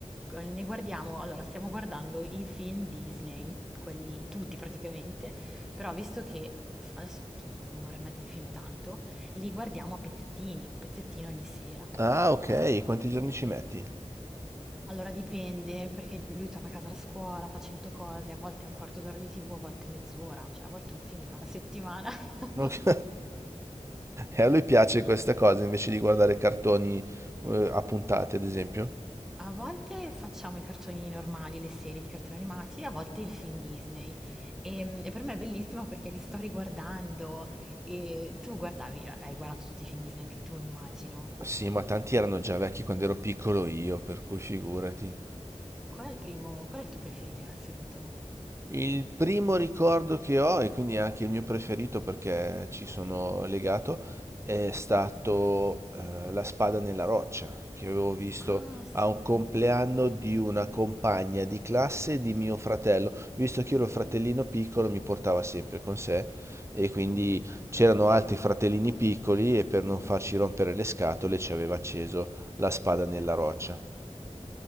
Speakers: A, in the centre; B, on the right (about 20°).
A: Eh, Ne guardiamo, allora, stiamo guardando i film Disney, quelli tutti praticamente, però visto che adesso insomma, un'ora e mezza di film è tanto, li guardiamo a pezzettini, un pezzettino ogni sera.
B: Ah, ok, quanti giorni ci metti?
A: Allora dipende, perché lui torna a casa da scuola, fa 100 cose, a volte è un quarto d'ora di TV, a volte mezz'ora, cioè a volte un film dura una settimana. <laughs>
B: Ok. <laughs> E a lui piace questa cosa invece di guardare cartoni eh, a puntate, ad esempio.
A: A volte facciamo i cartoni normali, le serie di cartoni animati, a volte il film Disney. E, e per me è bellissimo perché li sto riguardando e tu guardavi, hai guardato tutti i film Disney anche tu, immagino.
B: Sì, ma tanti erano già vecchi quando ero piccolo io, per cui figurati.
A: Qual è il primo, qual è il tuo preferito in assoluto?
B: Il primo ricordo che ho, e quindi anche il mio preferito perché ci sono legato, è stato eh, La spada nella roccia, che avevo visto
A: Ah, sì.
B: a un compleanno di una compagna di classe di mio fratello. Visto che io ero il fratellino piccolo, mi portava sempre con sé e quindi c'erano altri fratellini piccoli e per non farci rompere le scatole ci aveva acceso La spada nella roccia.